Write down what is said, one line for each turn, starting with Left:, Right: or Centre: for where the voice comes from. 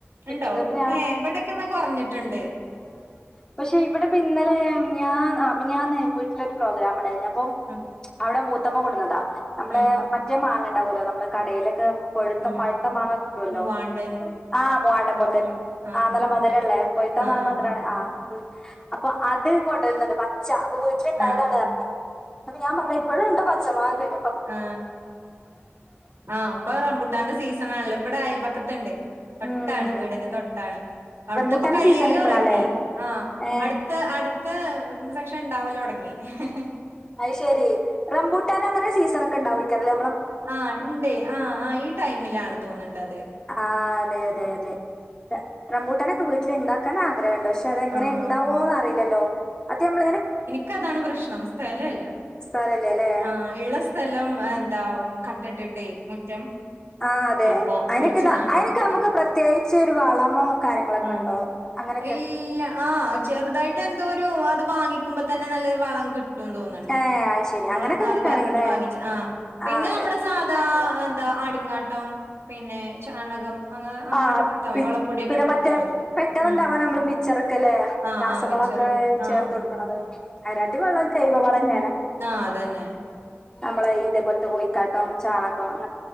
Left: കിട്ടണ്ട്
Right: ഇണ്ടോ ഏഹ് ഇവിടെക്കെന്നാ കൊറഞ്ഞിട്ടുണ്ട്
Left: പക്ഷെ ഇവിടെ പിന്നെ ങ്ങെ ഞാൻ ഞാനെ വീട്ടിലൊരു പ്രോഗ്രാം ഉണ്ടായിരുന്നു. അ
Right: ഉം
Left: അവിടെ മൂത്തമ്മ കൊണ്ടുവന്നതാ. നമ്മള്
Right: ഉം
Left: മറ്റേ മാങ്ങ ഉണ്ടാാവുല്ലോ നമ്മള് കടയിലൊക്കെ പൊഴുത്ത
Right: ഉം
Left: പഴത്ത മാങ്ങ കിട്ടുവല്ലോ?
Right: മൂവാണ്ടൻ
Left: ആ പോവാണ്ട
Right: എന്നൊക്കെ
Left: പോറത്ത്.
Right: പറയും ആഹ്
Left: ആ നല്ല മധുരള്ള പയിത്താ
Right: ആഹ്
Left: മാം
Right: ആഹ്
Left: മധുരള്ള
Right: ആഹ്
Left: ആ വിട്ട് അപ്പൊ അത് കൊണ്ടുവരുന്നുണ്ട്. പച്ച അപ്പൊ വീട്ടില് ഇണ്ടായതാണ്.
Right: ആഹ്
Left: ഞ്ഞത് അപ്പൊ ഞാൻ പറഞ്ഞ് ഇപ്പോഴും ഇ <unintelligible>
Right: ആ ആ ഇപ്പൊ റംബുട്ടാന്റെ സീസൺാണല്ലേ? ഇവിടെ അയൽപക്കത്ത് ണ്ട്. തൊട്ടാണ്,
Left: ഉം
Right: വീടിൻ്റെ തൊട്ടാണ്. അവിടുത്തെപ്പ
Left: റംബൂട്ടാന്റെ
Right: കഴിയല്ലേ
Left: സീസൺ ഇപ്പളാല്ലേ
Right: റങ്ങി ആ
Left: ഏ
Right: അടുത്ത അടു ത്തെ സെക്ഷൻ ഇണ്ടാവല്ലോ തുടങ്ങി. ഹ് ഹ്
Left: അത് ശെരി, റംബൂട്ടാനങ്ങനെ സീസൺ ഒക്കെ ഇണ്ടാവോ? ക്കറിയ
Right: ആ ഉണ്ട്. ആ ആ ഈ ടൈമിലാണ് തോന്നുണ്ടത്.
Left: ആ അതെ അതെ അതെ റബൂട്ടനൊക്കെ വീട്ടിൽ ഇണ്ടാക്കാന ആഗ്രഹണ്ട്. പക്ഷെ അതെങ്ങനെ
Right: ആഹ്
Left: ഉണ്ടാവോന്ന് അറിയില്ലല്ലോ? അത് നമ്മള ഇങ്ങനെ
Right: ൻ്റെ അതാണ് പ്രശ്നം. സ്ഥലം ല്ല
Left: സ്ഥലല്ലേ അല്ലേ
Right: ആ ഇള്ള സ്ഥലം എന്താ കട്ട ഇട്ടിട്ട് മുറ്റം.
Left: ആ അതെ.
Right: അപ്പൊ
Left: അയിനൊക്കെ
Right: കുഴിച്ചിടാനൊരു
Left: അയിനനൊക്കെ
Right: സ്ഥലം
Left: നമുക്ക് പ്രത്യേകിച്ച് ഒരു വളമോ? കാര്യങ്ങളൊക്കെ
Right: ഉം
Left: ഉണ്ടോ. അങ്ങനെ
Right: ഇല്ല ആ ചെറുതായിട്ട് എന്തോ ഒരു അത് വാങ്ങിക്കുമ്പോ തന്നെ നല്ല വളം കിട്ടു റ്റും തോന്നണ്ടേ?
Left: ഏ അത് ശരി
Right: നമ്മള്
Left: അങ്ങനെയൊക്കെ
Right: അത്
Left: കിട്ടുകയാണെങ്കിലേ
Right: പറഞ്ഞിട്ട് വാങ്ങിച്ചു. ആ പിന്നെ
Left: ആ അതെ
Right: നമ്മുടെ സാധാ
Left: ഇങ്ങട്ട് വാ
Right: എന്താ ആട്ടുങ്ങാ ട്ടം പിന്നെ ചാണകം. അങ്ങനൊക്കെ
Left: ആ
Right: ഇട്ടൊടുത്താ മതി
Left: പിന്നെ
Right: വളപ്പൊടിയൊക്കെ ഇട്ടൊടുത്താ
Left: മറ്റേ
Right: മതി.
Left: പെട്ടെന്നുണ്ടാവാ
Right: ഉം
Left: നമ്മള് മിച്ചറക്കല്ലേ?
Right: ആഹ്
Left: രാസവളം.
Right: ആഹ് മിച്ചറ്
Left: ക്കെ
Right: ആഹ്
Left: ചേർത്ത് കൊടുക്കണത്. അരാട്ടി വെള്ളം ചെയവ വള ന്നെയാണ്.
Right: ആഹ അതന്നെ.
Left: നമ്മള് ഇതേപോലത്തെ കോഴിക്കാട്ടം, ചാണകം അങ്ങന